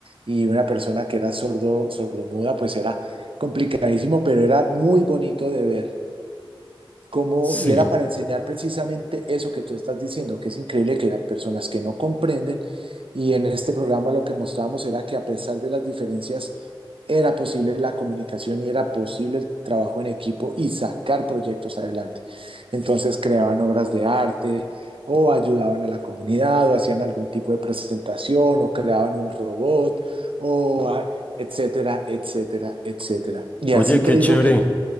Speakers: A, on the right (about 70°); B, on the left (about 15°).
A: y una persona que era sordo, sordomuda, pues era complicadísimo, pero era muy bonito de ver como,
B: sí.
A: y era para enseñar precisamente eso que tú estás diciendo, que es increíble que hay personas que no comprenden, y en este programa lo que mostrábamos era que a pesar de las diferencias, era posible la comunicación y era posible el trabajo en equipo y sacar proyectos adelante. Entonces creaban obras de arte o ayudaban a la comunidad o hacían algún tipo de presentación o creaban un robot o ah, etcétera, etcétera, etcétera. Y
B: Oye,
A: así
B: qué
A: te digo
B: chévere,
A: que